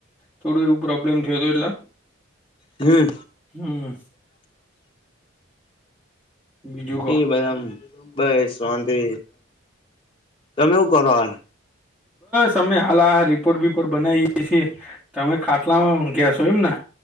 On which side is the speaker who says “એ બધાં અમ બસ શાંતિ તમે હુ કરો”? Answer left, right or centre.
Left